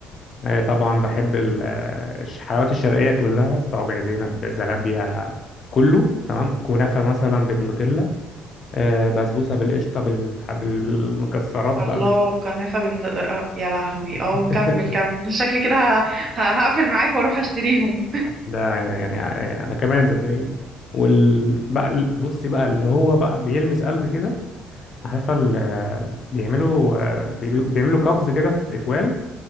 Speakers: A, on the left (about 35°); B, on the right (about 30°).
A: آه، طبعا بحب ال- آه، الش- الحلويات الشرقية كلها صوابع زينب زلابيا كله تمام كنافة مثلا بالنوتيلا آه، بسبوسة بالقشطة بالح- بالمكسرات بقى
B: الله
A: بالشوكولاتة
B: كنافة بن... آه، يا لهوي اه
A: <laughs>
B: كمل كمل شكلي كده ه... ه- هقفل معاك واروح اشتريهم
A: ده يعني, يعني يعني انا كمان صدقيني وال بقى ال- بصي بقى اللي هو بقى بيلمس قلبي كده عارفه ال- آه، بيعملوا بي- بيعملوا كابز كده في اتوال